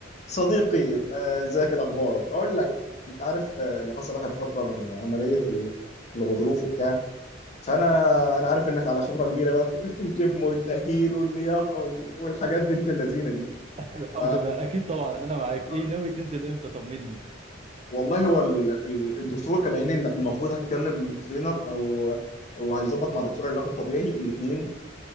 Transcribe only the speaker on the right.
<laughs> الحمد
لله اكيد طبعا انا معاك
ايه ناوي تنزل امتى طمني